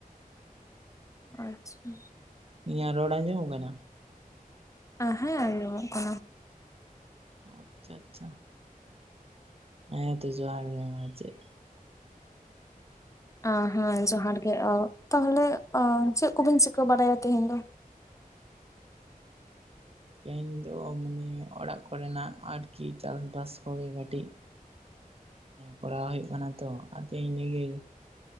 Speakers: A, on the left; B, on the right.
A: ᱟᱪᱪᱷᱟ
B: ᱤᱧᱟᱜ ᱨᱚᱲ ᱟᱡᱚᱢᱚᱜ ᱠᱟᱱᱟ?
A: ᱦᱮᱸ ᱟᱡᱚᱢᱚᱜ ᱠᱟᱱᱟ ᱾
B: ᱟᱪᱪᱷᱟ ᱟᱪᱪᱷᱟ ᱦᱮᱸ ᱛᱚ ᱡᱚᱦᱟᱨ ᱜᱮ ᱢᱟ ᱪᱮᱜ
A: ᱟ ᱦᱟ ᱡᱚᱦᱟᱨ ᱜᱮ ᱛᱟᱦᱚᱞᱮ ᱚ ᱪᱮᱫ ᱠᱚᱵᱮᱱ ᱪᱤᱠᱟᱹ ᱵᱟᱲᱟᱭᱟ ᱛᱮᱦᱮᱧ ᱫᱚ?
B: ᱛᱮᱦᱮᱧ ᱫᱚ ᱢᱟᱱᱮ ᱚᱲᱟᱜ ᱠᱚᱨᱮᱱᱟᱜ ᱟᱨᱠᱤ ᱪᱟᱥᱵᱟᱥ ᱠᱚᱜᱮ ᱠᱟᱹᱴᱤᱡ ᱯᱟᱲᱦᱟᱣ ᱦᱩᱭᱩᱜ ᱠᱟᱱᱟ ᱛᱚ ᱟᱫᱚ ᱤᱱᱟᱹᱜᱮ